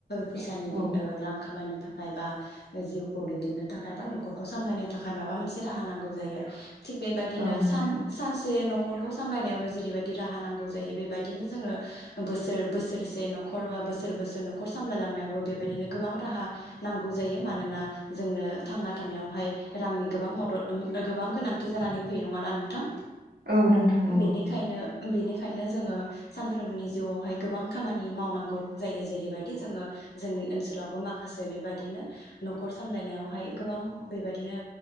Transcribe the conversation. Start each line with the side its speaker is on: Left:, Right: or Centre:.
Left: फैसानि
Right: औ
Left: ओ रां खामायनो थाखाय थाखाय बा जिउखौ दैदेननो थाखाय बा नखरखौ सामलायनो थाखाय माबा मोनसे राहा नांगौ जायो थिग बेबायदिनो
Right: औ नोंथां
Left: सन सानसे न' नखरखौ सामलायनायावनो जेरैबायदि राहा नांगौ जायो बेबायदिनो जोङो बोसोर बोसोरसे नखर बा बोसोर बोसोर नखर सामलायलांनायावबो बेबायदिनो गोबां राहा नांगौ जायो मानोना जोंनो थांना थानायावहाय रांनि गोबां मदद गोबां गोनांथि जानानै फैयो नङाना नोंथां।
Right: औ नोंथां नंगौ
Left: बेनिखायनो बेनिखायनो जोङो सानफ्रोमबोनि जिउआवहाय गोबां खामानि मावनांगौ जायो जेरैबायदि जोङो जोंनि ओनसोलावबो माखासे बेबायदिनो नखर सामलायनायावहाय गोबां बेबायदिनो